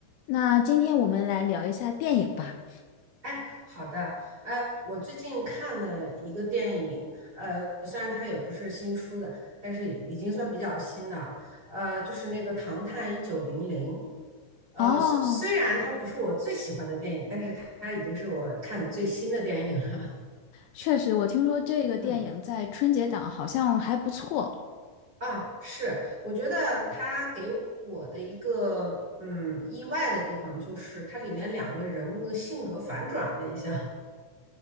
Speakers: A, on the left (about 85°); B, on the right (about 30°).
A: 那今天我们来聊一下电影吧。
B: 哎，好的，呃，我最近看了一个电影，呃，虽然它也不是新出的，但是已经算比较新的，呃，就是那个《唐探一九零零》，呃，
A: 哦，
B: 虽虽然它不是我最喜欢的电影，但是它它已经是我看的最新的电影了。
A: 确实，我听说这个电影在春节档好像还不错。
B: <laughs> 嗯，啊，是，我觉得它给我的一个嗯意外的地方，就是它里面两个人物的性格反转了一下。<laughs>